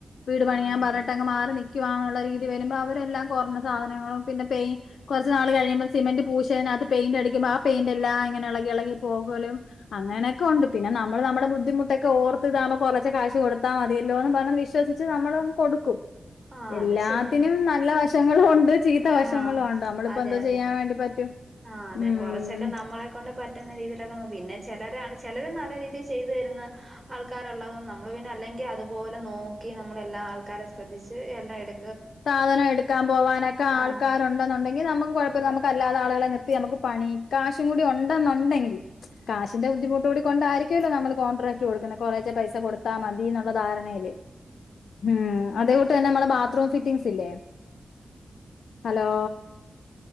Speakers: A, on the left (about 80°); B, on the right (about 25°).
A: വീട് പണിയാൻ
B: ആഹ് അതെ
A: പറഞ്ഞിട്ടങ്ങ് മാറി നി ക്കുവാന്നുള്ള രീതി വരുമ്പോ അവര് എല്ലാം കൊറഞ്ഞ സാധനങ്ങളും പിന്നെ പെയി കുറച്ച് നാൾ കഴിയമ്പം സിമന്റ് പൂശേനാത്ത് പെയിന്റ്ടിക്കമ്പം ആ പെയിന്റ്ല്ലാം ഇങ്ങന എളകി എളകി പോകലും അങ്ങനെക്കെ ഒണ്ട് പിന്നെ നമ്മള് നമ്മടെ ബുദ്ധിമുട്ടൊക്കെ ഓർത്ത് ഇതകുമ്പം കൊറച്ച് കാശ് കൊടു ത്താ മതിയല്ലോന്ന് പറഞ്ഞ് വിശ്വസിച്ച് നമ്മള് കൊടുക്കും
B: ആഹ്
A: എല്ലാത്തിനും
B: അത് ശരിയാണ്
A: നല്ല വശ് റ്റങ്ങളും ഒണ്ട് ചീത്ത വശങ്ങളും
B: ആഹ്
A: ഉണ്ട് നമ്മളിപ്പോ
B: അതെ
A: എന്തോ
B: അതെ
A: ചെയ്യാൻ വേണ്ടി പറ്റും
B: ആഹ് അതെ
A: ഉം
B: കുറച്ചൊക്കെ നമ്മളെ കൊണ്ട് പ റ്റുന്ന രീതിയിലൊക്കെ വന്ന് പിന്നെ ചെലരാണ് ചെലരും നല്ല രീതിൽ ചെയ്തു തരുന്ന ആൾക്കാരൊള്ളത് കൊണ്ട് നമ്മള് പിന്നെ അല്ലെങ്കിൽ അതുപോലെ നോക്കി നമ്മളെല്ലാ ആൾക്കാരെ ശ്രദ്ധിച്ച് എല്ലാം എട്
A: സാധനം എടുക്കാൻ പോവാനൊക്ക ആൾക്കാര്
B: ആഹ്
A: ഒണ്ടെന്നുണ്ടെങ്കിൽ നമുക്ക് കൊഴപ്പില്ല
B: അതെ
A: നമുക്കാ അല്ലാതെ ആളുകളെ നിർത്തി നമുക്ക് പണി കാശും കൂടി ഒണ്ടെന്നുണ്ടെങ്കിൽ കാശിന്റെ ബുദ്ധിമുട്ട് കൂടി കൊണ്ടായിരിക്കുമല്ലോ നമ്മള് കോൺട്രാക്ട് കൊടുക്കുന്നേ കൊറേച്ചെ പൈസ കൊടുത്താ മതിന്നുള്ള ധാരണല് ഏഹ അതോട്ട് തന്ന നമ്മള ബാത്റൂം ല്ല ഹലോ